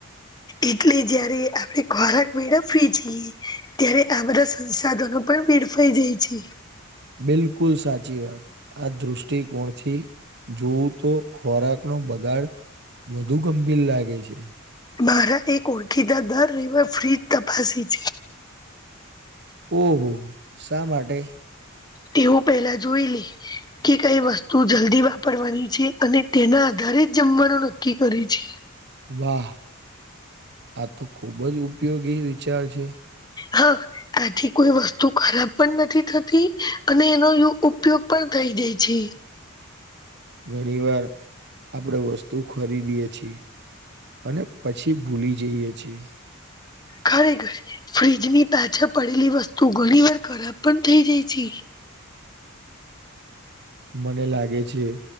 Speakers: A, on the left (about 20°); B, on the right (about 50°).
A: એટલે જયારે આપણે ખોરાક મેળા ફ્રી છીએ ત્યારે આ બધા સંસાધનો પણ સ્ પીડફઈ જઈ છે.
B: બિલકુલ સાચી વાત. આ દ્રષ્ટિકોણથી જોવું તો ખોરાકનોો બગાડ. વધુ ગંભીર લાગે છે.
A: મારા એક ઓળખીતા દર રિવા ફ્ર્રીજ તપાસી છે.
B: ઓહો શા માટે
A: તે હું પેલા જોઈ લ કે કઈ વસ્તુ જલ્દી વાપરવાની છે અને તેના આધારે જ જમવાનું નક્કી કરે છે.
B: વાહ આ તો ખુબ જ ઉપયોગી વિચાર છે
A: હા આથી કોઈ વસ્તુ ખરાબ પણ નથી થતી અને એનો ઉપયોગ પણ થઈ જાય છે.
B: ઘણી વાર આપણેે વસ્તુ ખરીદીએે છીએ અને પછી ભૂલી જઈએ છીએ.
A: ખરેખર ફ્રીજની પાછા પડેલી વસ્તુ ઘણી વાર ખરાબ પણ થઇ જાય છે.
B: મને લાગે છે